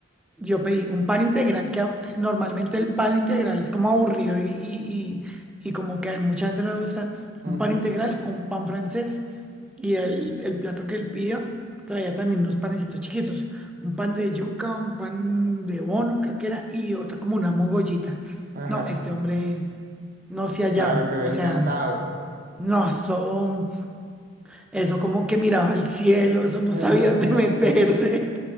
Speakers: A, in the centre; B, on the right.
A: Yo pedí un pan integral, que a- normalmente el pan integral es como aburrido y, y, y, y como que a mucha gente no le gusta.
B: Ujú,
A: Un pan integral o un pan francés. Y el, el plato que él pidió traía también unos panecitos chiquitos. Un pan de yuca, un pan de bono, creo que era, y otra como una mogollita.
B: Ajá,
A: No, este hombre no se hallaba.
B: claro, quedé
A: O
B: encantado.
A: sea, no, eso. Eso como que miraba al cielo, eso no
B: <laughs>
A: sabía dónde <laughs> meterse.